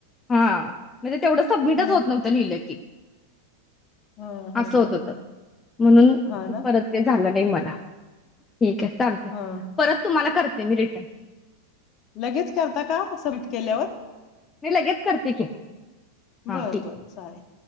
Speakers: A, on the left (about 15°); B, on the left (about 35°).
A: हा म्हणजे तेवढं सबमिटच
B: हं
A: होत नव्हतं लिहिलं की <inaudible>
B: हं हं
A: असं
B: हं
A: होत होतं
B: हं
A: म्हणून,
B: हा ना
A: परत ते झालं नाही मला ठीके, चालतंय
B: हं
A: परत तुंम्हाला करतेमि रीटन.
B: लगेच करता का? सम्मिंट केल्यावर?
A: नय लगेच करते की
B: हंम्म!
A: हा
B: बर
A: ठीक
B: बर चालेल.